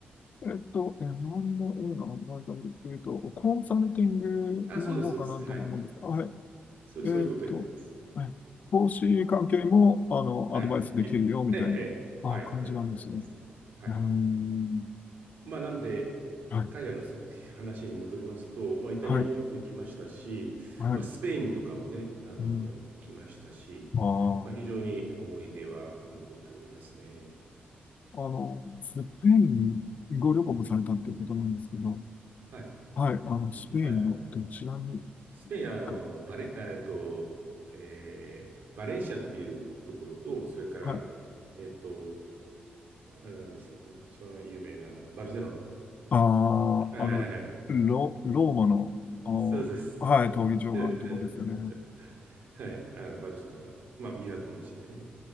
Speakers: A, on the left; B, on the right.
A: えっと、日本の映画の場合でいうと、コンサルティングの方かなとも思うんですが、
B: あ、そうです、そうです。はい。
A: はい。えっと、
B: そ、そういうことをやってます。
A: はい。投資関係も、あの、
B: はい。
A: アドバイスできるよ、
B: いえ、
A: みたいな、
B: ええ、ええはい。
A: あ、感じなんですね。
B: や、やってますね。はい。
A: うーん。
B: まあ、なんで、
A: はい、
B: 海外のす話に戻りますと、まあ、イタリアもよく行きましたし、
A: はい、はい。
B: まあ、スペインとかもね、あの、
A: うん。
B: い行きましたし、
A: あ
B: まあ、非常に思い出は残っておりますね。
A: あ。あの、スペインにご旅行もされたってことなんですけど、
B: はい。
A: はい、あの、スペインのどちらに
B: はい。スペイン、あの、
A: 行か、
B: バレ、あえっと、えーバレンシアっていうところと、それから、
A: はい。
B: えっと、あれなんでしたっけ、一番有名な、あの、バルセロナ。
A: あ
B: はいはい
A: あ、あの、ロ、ローマの、あーはい、
B: そうです。ええええは
A: 闘技場があるところですよね。
B: <laughs> はい。あの、バルセロナ、まあ、港町でね、